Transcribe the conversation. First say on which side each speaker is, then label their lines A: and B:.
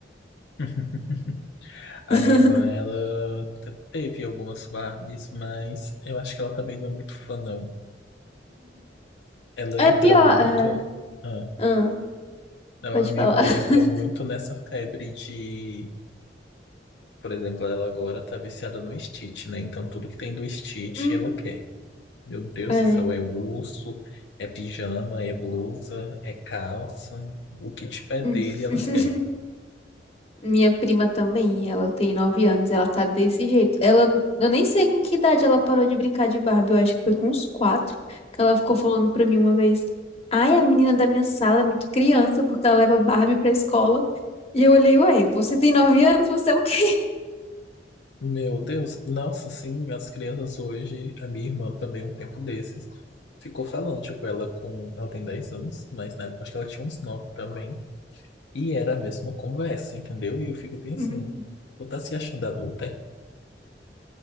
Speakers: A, on the left; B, on the left.
A: <laughs> a
B: <laughs>
A: minha irmã, ela te- teve algumas Barbies, mas eu acho que ela também não é muito fã, não. Ela
B: É
A: entra
B: pior.
A: muito.
B: é,
A: Ah,
B: ah,
A: não,
B: pode
A: a minha
B: falar.
A: irmã, ela
B: <laughs>
A: entra muito nessa febre de Por exemplo, ela agora tá viciada no Stitch, né? Então tudo que tem do Stitch
B: Hum,
A: ela quer. Meu Deus
B: é.
A: do céu, é urso, é pijama, é blusa, é calça. O que tiver
B: Hum.
A: dele
B: <laughs>
A: ela quer.
B: Minha prima também, ela tem nove anos, ela tá desse jeito. Ela, eu nem sei com que idade ela parou de brincar de Barbie, eu acho que foi com uns quatro, que ela ficou falando pra mim uma vez, ai, a menina da minha sala é muito criança, porque ela leva Barbie pra escola. E eu olhei, ué, você tem nove anos, você é o quê? <laughs>
A: Meu Deus, nossa, sim, as crianças hoje, a minha irmã também, um tempo desses, ficou falando, tipo, ela com, ela tem 10 anos, mas na época acho que ela tinha uns 9 também, e era a mesma conversa, entendeu? E eu fico bem
B: Uhum.
A: assim, tu tá se achando adulta? é?